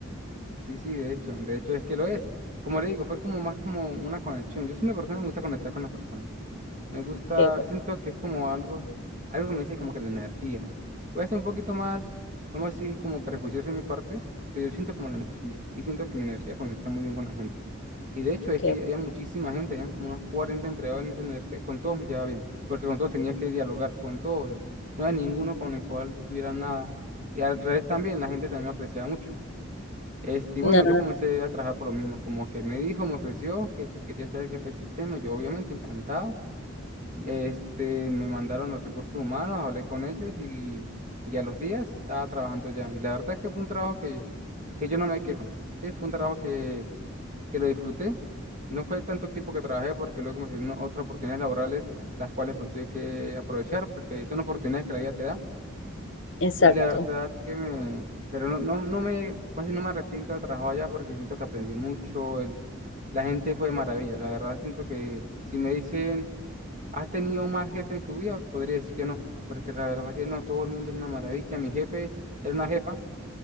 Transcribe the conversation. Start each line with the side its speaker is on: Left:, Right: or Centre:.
Right: Sí, sí, de hecho, de hecho es que lo es. Como le digo, fue como más como una conexión. Yo soy una persona que me gusta conectar con las personas. Me gusta,
Left: que,
Right: siento que es como algo, algo que me dice como que la energía. Puede ser un poquito más, vamos a decir, como prejuicioso en mi parte, pero yo siento como la energía y siento que mi energía conecta muy bien con la gente. Y de hecho es
Left: que,
Right: que había muchísima gente, habían como unos 40 empleados en esa universidad, y con todos me llevaba bien, porque con todos tenía que dialogar, con todos. No había ninguno con el cual yo tuviera nada. Y al revés también, la gente también me apreciaba mucho. Este, y bueno,
Left: no,
Right: yo comencé a trabajar por lo mismo, como que me dijo, me ofreció que si quería ser jefe de sistema, yo obviamente encantado. Este, me mandaron a recursos humanos, hablé con ellos y, y a los días estaba trabajando ya. Y la verdad que fue un trabajo que, que yo no me quejo, sí, fue un trabajo que, que lo disfruté. No fue tanto tiempo que trabajé porque luego me salieron otras oportunidades laborales, las cuales pues tuve que aprovechar porque son oportunidades que la vida te da
Left: exacto,
Right: y la verdad que me, pero no, no, no me, casi no me arrepiento de trabajar allá porque siento que aprendí mucho, el, la gente fue de maravilla, la verdad siento que si me dicen, ¿has tenido un mal jefe en su vida? Podría decir que no, porque la verdad que no, todo el mundo era una maravilla, mi jefe era una jefa,